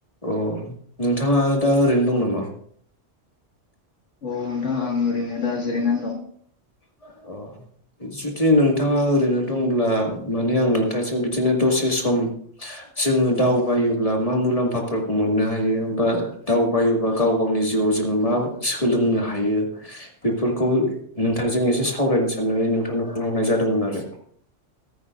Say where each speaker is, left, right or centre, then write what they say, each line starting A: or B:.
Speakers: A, on the left; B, on the left.
A: अ नोंथाङा दा ओरैनो दं नामा?
B: औ नोंथां आं ओरैनो दा जिरायनानै दं।
A: अ जुदि नोंथाङा ओरैनो दंब्ला माने आं नोंथांजों बिदिनो दसे सम
B: <inaudible>
A: जोङो दावबायोब्ला मा मुलाम्फाफोरखौ मोननो हायो हा दावबायोबा गाव गावनि जिउआव जोङो मा सोलोंनो हायो बेफोरखौ नों नोंथांजों एसे सावरायनो साननानै नोंथांनो फन हरनाय जादोंमोन आरो।